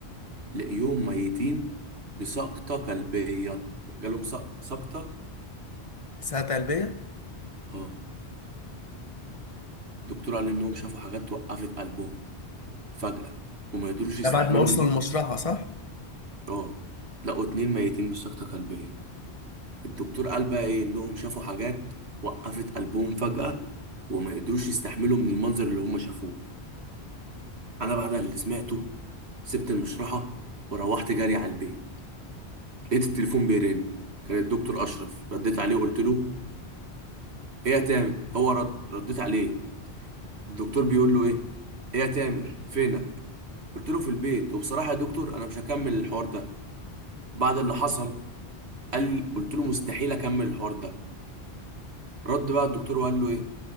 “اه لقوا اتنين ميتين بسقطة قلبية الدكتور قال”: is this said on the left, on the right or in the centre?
Right